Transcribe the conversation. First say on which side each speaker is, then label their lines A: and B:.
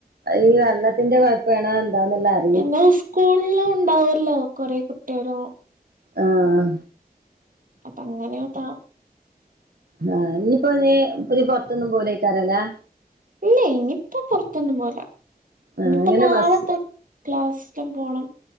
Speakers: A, on the right; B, on the right.
A: ഈ വെള്ളത്തിന്റെ കൊഴപ്പാണോ എന്താണ്ന്നറിയില്ല
B: എന്നാ സ്കൂളില ഉണ്ടാവല്ലോ കൊറെേ കുട്ടികളും
A: ആഹ
B: അപ്പ അങ്ങനെയട്ട
A: ആഹ ഇനിയിപ്പോ നീഅവര് പുറത്തൊന്നും പോവില്ല ഐക്കാരും അല്ലെ
B: ഇല്ല ഇനിപ്പോ പുറത്തൊന്നും പോവുല
A: ആഹ്
B: ഇനിപ്പോ
A: എങ്ങനെ
B: നാളെ
A: ബസ്
B: തന്നെ ക്ലാസിക്കെ പോണം